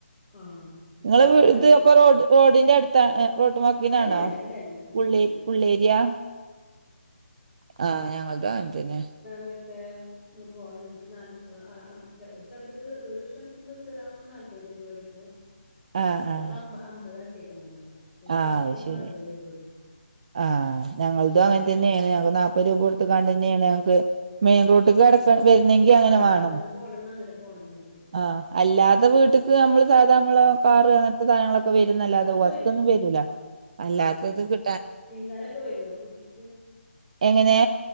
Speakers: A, in the centre; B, on the right.
A: ആഹ് പിന്നെ
B: ഇങ്ങളെ
A: വാഴ
B: വിട് ഇത്
A: വാ
B: അപ്പൊ റോഡിന്റെ അടുത്ത ഏഹ് റോടു വാക്കിനാണൊ
A: അല്ലല്ല അല്ലല്ല ഉം
B: ഉള്ളെ ഉള്ളേരി - ആഹ് <unintelligible> ഞങ്ങൾതു അങ്ങൻതന്നെ
A: ലൊക്കേ ഇഞിപൊ ഞങ്ങക്ക് നാൽപത് ഒര് സ്ഥലതിക്ക് - ഒരു സ്ഥലത്തിക്ക് ബസ് കേറാൻ പോകുമ്പോ നാല്പത് രൂപ വേടിക്കും.
B: ആഹ്
A: അവര്പ്പൊ
B: ആഹ്
A: അമ്പത് അമ്പതാക്കിക്കെണ് എങ്ങാണ്ട് ഒര് സ്ഥലത്ത്
B: ആഹ് അത്
A: പോവുമ്പൊ
B: ശരി
A: അറുപത് രൂപ വേടിക്കും
B: ആഹ് ഞങ്ങളതും അങ്ങനെ തന്നെ യാണ് ഞങ്ങക്ക് നാപ്പത് രൂപ
A: ഉം
B: കൊടുത്ത്ങ്ങാണ്ട് തന്നെയാണ് ഞങ്ങക്ക് മെയിൻ റോട്ട്ക്ക് കട- വെരുന്നെങ്കി അങ്ങനെ
A: ആഹ്
B: വേണം
A: അങ്ങണ്ട് പോണെങ്കി അങ്ങനെ പോണം ഞങ്ങക്ക്
B: ആഹ് അല്ലാതെ വീട്ട്ക്ക് ഞമ്മള് സാധാ നമ്മള് വെക്കാറ് അങ്ങനെ- സാധങ്ങളൊക്കെ വരുംന്നല്ലാതെ
A: അതൊക്കെ
B: വസ്ത്രയൊന്നും
A: വരും
B: വരൂല
A: ഉം
B: അല്ലാത്തത്
A: ആഹ്
B: കി
A: മീൻകാരൊക്കെ വരൊ വീട്ട്ല്ക്ക്
B: എങ്ങനെ